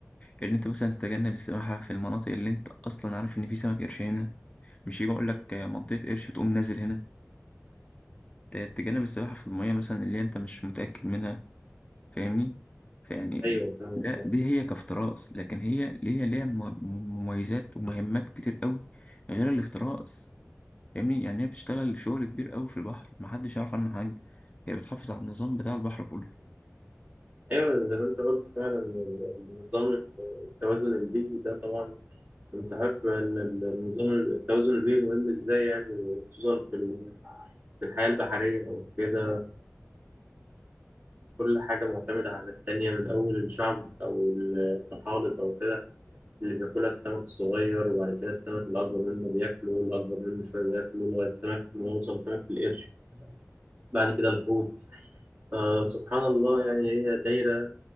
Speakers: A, on the left (about 25°); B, on the right (about 30°).
A: ان انت مثلا تتجنب السباحه في المناطق اللي انت اصلا عارف ان في سمك قرش هنا مش يجي اقول
B: مم.
A: لك منطقه قرش تقوم نازل هنا ت- تتجنب السباحه في الميه مثلا اللي انت مش متاكد منها فاهمني فيعني
B: أيوه فاهم
A: لا دي هي كافتراس لكن هي ليها ليها م- مميزات ومهمات كتير قوي غير الافتراس فاهمني يعني هي بتشتغل شغل كبير قوي في البحر محدش يعرف عنه حاجه هي بتحافظ على النظام بتاع البحر كله
B: أيوه زي ما أنت قلت فعلا النظام التوازن البيئي ده طبعا أنت عارف إن النظام التوازن البيئي مهم إزاي يعني خصوصا في ال- في الحياة البحرية أو كده كل حاجة معتمدة على التانية من أول الشعب أو الطحالب أو كده اللي بياكلها السمك الصغير وبعد كده السمك الأكبر منه بياكله والأكبر منه شوية بياكله لغاية سمك ما يوصل سمك القرش بعد كده الحوت فسبحان الله يعني هي دايرة